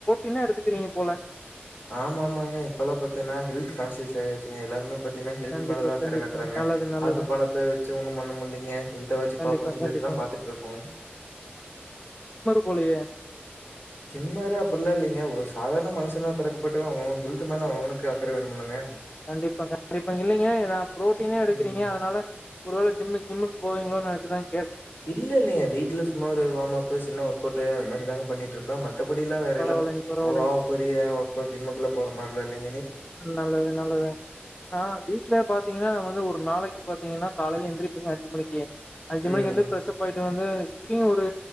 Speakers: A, on the left; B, on the left.
A: என்ன எடுத்துக்கிறீங்க போல
B: ஆமா ஆமாங்க இப்பெல்லாம் பாத்தீங்கன்னா ஹெல்த் கான்ஷியஸ் ஆயாச்சுங்க எல்லாருமே பாத்திங்கன்னா ஹெல்த்
A: கண்டிப்பா
B: மேல தான் அக்கறை
A: கண்டிப்பா
B: காட்டுறாங்க
A: நல்லது நல்லதுங்க
B: ஆக்கு பணத்தை வச்சு ஒன்னும் பண்ணமுடியலங்க ஹெல்த் வச்சு
A: கண்டிப்பா
B: பாப்போம்னு சொல்லிட்டுதான்
A: கண்டிப்பாங்க
B: பாத்துட்டு இருக்கோம்
A: போலியே
B: ஜிம்மரு அப்படில்லாம் இல்லைங்க ஒரு சாதாரண மனுஷனா பிறக்கப்பட்டட்டு அவன் ஹெல்த் மேல அவனுக்கு அக்கறை வேணும்லங்க
A: கண்டிப்பா கண்டிப்பாங்க இல்லலைங்க ந பு்ரோட்டீனே எடுக்கறீங்க
B: ம்.
A: அதனால ஒருவேளை ஜிம்மு ஜிம்முக்கு போவங்கிளோன்னு நினச்சுதான்
B: இல்ல இல்லங்க வீட்ல சும்மா ஒரு வாம்மப் சின்ன ஒர்கட் அந்த மாரிதாங்க பண்ணிட்டு இருப்பன் மத் மற்றத்தபடில்லாம் வேற
A: பரவாயில்லைங்க,
B: எல்லாம்
A: பரவாயில்லைங்க.
B: பெரிய ஒர்க் அவுட் ஜிம்முக்குல போற மாட்டேன் <unintelligible>
A: நல்லது நல்லது ஆஹ் வீட்லய பார்த்தீங்கன்னா நம்ம வந்து ஒரு நாளைக்கு பாத்தீங்கன்னா காலையில எழுந்திரப்பங்க அஞ்சு மணிக்கு அஞ்சு
B: ம்.
A: மணி வந்து பிரஸ்ஸப் ஆகிட்டு வந்து ஸ் ஒரு